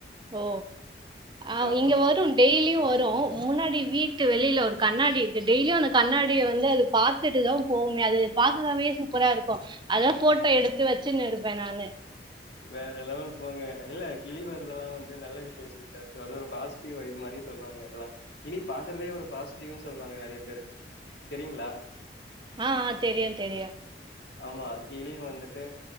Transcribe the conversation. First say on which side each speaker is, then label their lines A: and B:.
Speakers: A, on the right; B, on the left.
A: ஓ ஆ
B: சோ அப்ப
A: இங்க வரும் டெய்லியும் வரும் முன்னாடி வீட்டு வெளியில வரோ கண்ணாடி இருக்கு டெய்லியும் அந்த கண்ணாடிய வந்து அது பாத்துட்டுதான் போவுமே அது பாக்கறவே சூப்பரா இருக்கோ அதான் ஃபோட்டோ எடுத்து வச்சுனு இருப்பேன் நானு
B: வேற லெவல் போங்க இல்ல கிளி வருதெல்லாம் வந்து நல்ல விஷயம் சிஸ்டர் அது ஒரு பாசிட்டிவ் வைப் மாரி சொல்றாங்க அதெல்லாம் கிளி பாக்குறதே ஒரு பாசிட்டிவ்னு சொல்றாங்க நறைய பேரு தெரியுங்களா
A: அ அ தெரியும் தெரியும்
B: ஆமா கிளி வந்துட்டு